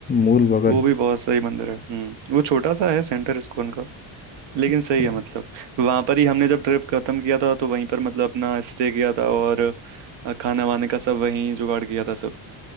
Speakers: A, on the left (about 25°); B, on the right (about 70°).
A: मूल बगल
B: वो भी बहुत सही मंदिर है हम्म वो छोटा सा है सेंटर इस्कॉन लेकिन
A: अच्छा।
B: सही है मतलब वहां पर ही हमने जब ट्रिप खत्म किया था तो वहीं पर मतलब अपना स्टे किया था और अ, खाना वाने का सब वहीं जुगाड़ किया था सब